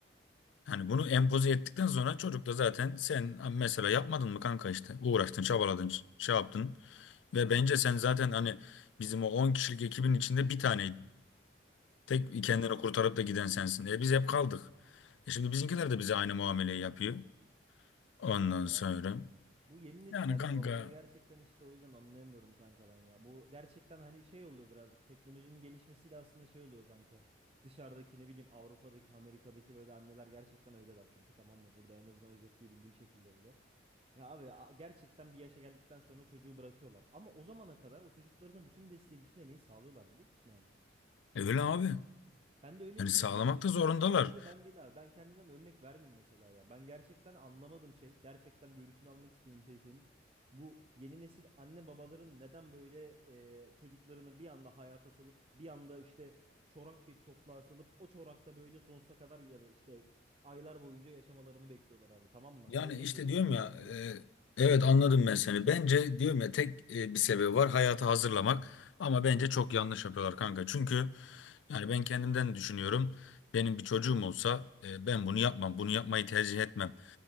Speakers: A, on the left; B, on the right.
A: Hani bunu empoze ettikten sonra çocuk da zaten sen mesela yapmadın mı kanka işte uğraştın çabaladın şey yaptın. Ve bence
B: Aynen
A: sen zaten
B: öyle.
A: hani bizim o 10 kişilik ekibin içinde bir taneydin. Tek
B: <laughs>
A: kendini kurtarıp da giden sensin. E biz hep kaldık. E şimdi bizimkiler
B: Yani
A: de bize aynı muameleyi yapıyor. Ondan
B: yani
A: sonra.
B: abi. Bu yeni nesil
A: Yani
B: anne
A: kanka
B: babaları gerçekten işte o yüzden anlayamıyorum kanka ben ya. Bu gerçekten hani şey oluyor birazcık teknolojinin gelişmesiyle aslında şey oluyor kanka. Dışarıdaki ne bileyim Avrupa'daki Amerika'daki böyle anneler gerçekten öyleler çünkü tamam mı? Burada en azından özetleyebildiğim şekilde öyle. Ya abi a- gerçekten bir yaşa geldikten sonra çocuğu bırakıyorlar. Ama o zamana kadar o çocuklarına bütün desteği bütün emeği sağlıyorlar biliyor musun abi?
A: öyle abi.
B: Bende öyle
A: Yani
B: bir
A: sağlamak
B: durum yoktu işte
A: da zorundalar.
B: abi. Sadece ben değil abi. Ben kendimden örnek vermeyeyim mesela ya. Ben gerçekten anlamadım şey, gerçekten görüşünü almak istediğim şey senin. Bu yeni nesil anne babaların neden böyle e, çocuklarını bir anda hayata salıp bir anda işte çorak bir topluğa salıp o çorakta böyle sonsuza kadar ya da işte aylar boyunca yaşamalarını bekliyorlar abi tamam mı?
A: Yani
B: Örnek
A: işte
B: veriyorum
A: diyorum
B: mesela
A: ya
B: böyle.
A: e, evet anladım ben seni. Bence diyorum ya tek e, bir sebebi var hayatı hazırlamak. Ama bence çok yanlış yapıyorlar kanka. Çünkü yani ben kendimden düşünüyorum. Benim bir çocuğum olsa e, ben bunu yapmam. Bunu yapmayı tercih etmem.